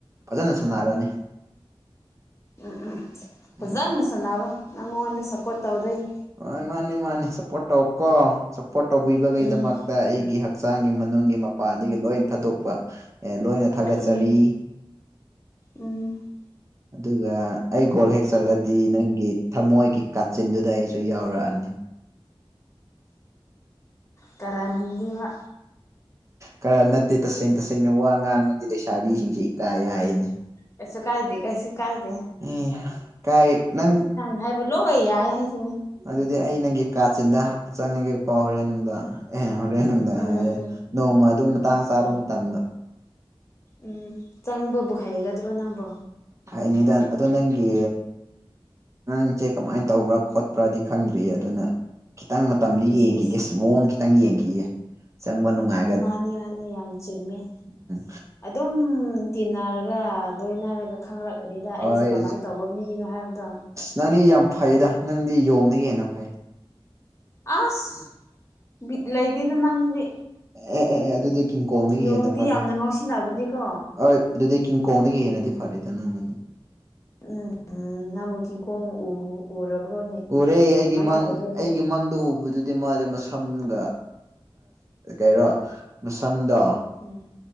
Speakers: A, on the right (about 30°); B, on the left (about 30°).
A: ꯐꯖꯅ ꯁꯥꯟꯅꯔꯅꯤ
B: ꯎꯝ ꯎꯝ ꯎꯝ ꯐꯖꯅ
A: ꯎꯝ
B: ꯁꯥꯟꯅꯔꯣ ꯅꯪꯉꯣꯟꯗ ꯁꯞꯄꯣꯔꯠ ꯇꯧꯗꯣꯏꯅꯤ
A: ꯍ‌ꯣꯏ ꯃꯥꯅꯤ ꯃꯥꯅꯤ ꯁꯞꯄ‌ꯣꯔꯠ ꯇꯧꯀ‌ꯣ ꯁꯞꯄꯣꯔꯠ ꯇꯧꯕꯤꯕꯒꯤꯗꯃꯛꯇ
B: ꯎꯝ
A: ꯑꯩꯒꯤ ꯍꯛꯆꯥꯡꯒꯤ ꯃꯅꯨꯡꯒꯤ ꯃꯄꯥꯟꯗꯒꯤ ꯂꯣꯏꯅ ꯊꯥꯗꯣꯛꯄ ꯑꯦ ꯂꯣꯏꯅ ꯊꯥꯒꯠꯆꯔꯤ
B: ꯎꯝ ꯎꯝ
A: ꯑꯗꯨꯒ ꯑꯩ ꯀ‌ꯣꯜ ꯍꯦꯛ ꯆꯠꯂꯗꯤ ꯅꯪꯒꯤ ꯊꯃꯣꯏꯒꯤ ꯀꯥꯆꯤꯟꯗꯨꯗ ꯑꯩꯁꯨ ꯌꯥꯎꯔꯛꯑꯅꯤ
B: ꯇꯔꯅꯤꯡꯗꯤꯕ
A: ꯈꯔ ꯅꯠ ꯇꯁꯦꯡ ꯇꯁꯦꯡꯅ ꯋꯥ ꯉꯥꯡ ꯑꯃꯗꯤ ꯂꯩꯁꯥꯕꯤꯁꯤꯡꯁꯤ ꯏꯀꯥꯏ ꯍꯥꯏꯌꯦꯅꯦ
B: ꯀꯩꯁꯨ ꯀꯥꯏꯗꯦ ꯀꯩꯁꯨ ꯀꯥꯏꯗꯦ
A: ꯎ ꯀꯥꯏ ꯅꯪ
B: ꯍꯥꯏꯕ ꯂꯣꯏ ꯌꯥꯏꯑꯦ ꯍꯥꯏ ꯁꯤꯅꯤ
A: ꯑꯗꯨꯗꯤ ꯑꯩ ꯅꯪꯒꯤ ꯀꯥꯆꯤꯟꯗ ꯆꯪꯉꯒꯦꯀꯣ ꯍꯣꯔꯦꯟ ꯅꯨꯡꯗ ꯑꯦ ꯍꯣꯔꯦꯟ ꯅꯨꯡꯗ
B: ꯎꯝ ꯎꯝ
A: ꯅꯣꯡꯃ ꯑꯗꯨ ꯃꯇꯥꯡ ꯆꯥꯕ
B: ꯌꯥꯏ
A: ꯃꯇꯝꯗ
B: ꯎꯝ ꯆꯪꯕꯕꯨ ꯍꯩꯒꯗ꯭ꯔꯣ ꯅꯪꯕꯣ
A: ꯍꯥꯏꯅꯤꯗ ꯑꯗꯣ ꯅꯪꯒꯤ ꯅꯪꯁꯦ ꯀꯃꯥꯏꯅ ꯇꯧꯕ꯭ꯔꯥ ꯈꯣꯠꯄ꯭ꯔꯥꯗꯤ ꯈꯪꯗ꯭ꯔꯤꯌꯦ ꯑꯗꯨꯅ ꯈꯤꯇꯪ ꯃꯇꯝꯗꯤ
B: ꯏꯁ
A: ꯌꯦꯡꯈꯤꯒꯦ
B: ꯏꯁ
A: ꯃꯑꯣꯡ ꯈꯤꯇꯪ ꯌꯦꯡꯈꯤꯌꯦ ꯆꯪꯕ ꯅꯨꯡꯉꯥꯏ
B: ꯃꯥꯅꯦ-ꯃꯥꯅꯦ ꯌꯥꯝ ꯆꯨꯝꯃꯦ
A: ꯎꯝ
B: ꯑꯗꯨꯝ ꯇꯤꯟꯅꯔꯒ ꯂꯣꯏꯅꯔꯒ ꯈꯪꯂꯔꯛꯀꯅꯤꯗ
A: ꯍꯣꯏ
B: ꯑꯩꯁꯦ ꯀꯃꯥꯏꯅ ꯇꯧꯕ ꯃꯤꯅꯣ ꯍꯥꯏꯕꯗꯣ
A: ꯅꯪꯅꯤ ꯌꯥꯝ ꯐꯩꯌꯦꯗ ꯅꯪꯗꯤ ꯌꯣꯡꯗꯒꯤ ꯍꯦꯟꯅꯥ ꯐꯩ
B: ꯑꯁꯕꯤꯠ ꯂꯩꯗꯤꯗ ꯅꯪꯁꯤꯗꯤ
A: ꯑꯦ ꯑꯦ ꯑꯦ ꯑꯗꯨꯗꯤ ꯀꯤꯡꯀꯣꯡꯗꯒꯤ
B: ꯌꯣꯡꯗꯤ
A: ꯍꯦꯟꯅ ꯐꯔꯦ
B: ꯌꯥꯝꯅ ꯉꯥꯎꯁꯤꯟꯅꯕꯅꯤꯀꯣ
A: ꯍꯣꯏ ꯑꯗꯨꯗꯤ ꯀꯤꯡꯀꯣꯡꯗꯒꯤ ꯍꯦꯟꯅꯗꯤ ꯐꯔꯦꯗ ꯅꯪꯅꯗꯤ
B: ꯎꯝ ꯎꯝ ꯅꯃꯨꯛ ꯆꯤꯡꯈ‌ꯣꯡ‌ ꯎ ꯎꯔꯕ꯭ꯔꯣꯅꯦ
A: ꯎꯔꯦ ꯑꯩꯒꯤ
B: ꯀꯃꯥꯏꯅ
A: ꯃꯪ
B: ꯇꯧꯕ꯭ꯔꯣꯗꯣ
A: ꯑꯩꯒꯤ ꯃꯪꯗ ꯎꯕꯗꯨ ꯍꯥꯏ ꯃꯥꯗꯤ ꯃꯁꯝꯒ ꯀꯔꯣ ꯃꯁꯝꯗꯣ
B: ꯎꯝ